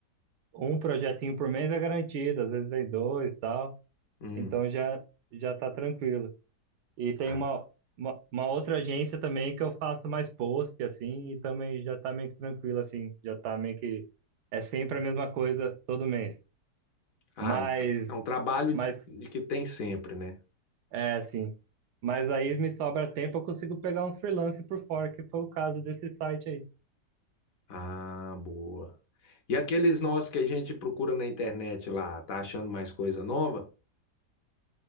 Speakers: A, on the right (about 75°); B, on the left (about 65°).
A: um projetinho por mês é garantido, às vezes vem dois, e tal.
B: Hum.
A: Então já já tá tranquilo. E tem
B: Ah,
A: uma, uma uma outra agência também que eu faço mais post assim, e também já tá meio que tranquilo assim, já tá meio que é sempre a mesma coisa todo mês.
B: ah,
A: Mas
B: então, é um trabalho
A: mas
B: de, de que tem sempre, né?
A: É, assim. Mas aí me sobra tempo, eu consigo pegar um freelance por fora, que foi o caso desse site aí.
B: Ah, boa. E aqueles nossos que a gente procura na internet lá, tá achando mais coisa nova?